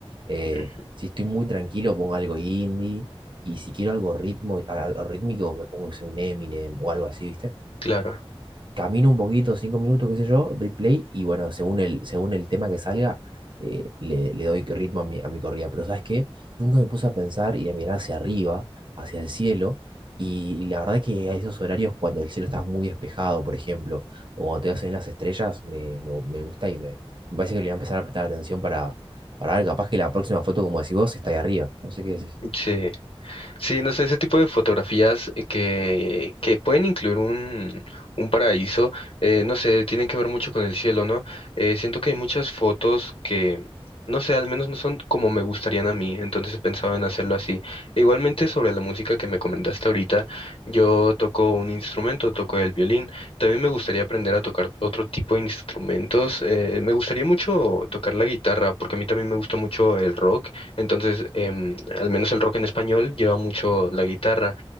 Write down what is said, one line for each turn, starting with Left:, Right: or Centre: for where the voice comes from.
Right: Eh,
Left: ujú,
Right: si estoy muy tranquilo, pongo algo indie. Y si quiero algo ritmo, algo rítmico, me pongo no sé, un Eminem o algo así, ¿viste?
Left: claro.
Right: Camino un poquito, cinco minutos, qué sé yo, doy play y bueno, según el, según el tema que salga, eh, le, le doy ritmo a mi, a mi corrida. Pero ¿sabes qué? Nunca me puse a pensar y a mirar hacia arriba, hacia el cielo. Y la verdad que a esos horarios, cuando el cielo está muy despejado, por ejemplo, o cuando te vas a ver las estrellas, me, me, me gusta y me, me parece que le voy a empezar a prestar atención para, para ver, capaz que la próxima foto, como decís vos, está ahí arriba. No sé qué decís.
Left: Sí, sí, no sé, ese tipo de fotografías eh, que, que pueden incluir un, un paraíso, eh, no sé, tienen que ver mucho con el cielo, ¿no? Eh, siento que hay muchas fotos que, no sé, al menos no son como me gustarían a mí, entonces he pensado en hacerlo así. E igualmente sobre la música que me comentaste ahorita, yo toco un instrumento, toco el violín, también me gustaría aprender a tocar otro tipo de instrumentos, eh, me gustaría mucho tocar la guitarra, porque a mí también me gusta mucho el rock. Entonces, em, al menos el rock en español lleva mucho la guitarra